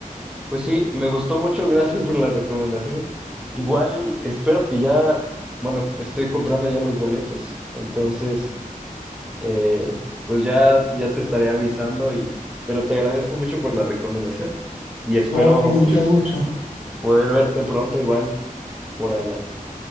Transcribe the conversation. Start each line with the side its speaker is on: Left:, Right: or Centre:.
Centre: Pues sí, me gustó mucho. <laughs> Gracias por las recomendaciones. Igual espero que ya, bueno, estoy comprando ya los boletos. Entonces, eh, pues ya, ya te estaré avisando y, pero te agradezco mucho por la recomendación y espero,
Left: no, con mucho
Centre: pues,
Left: gusto.
Centre: poder verte pronto igual. por allá.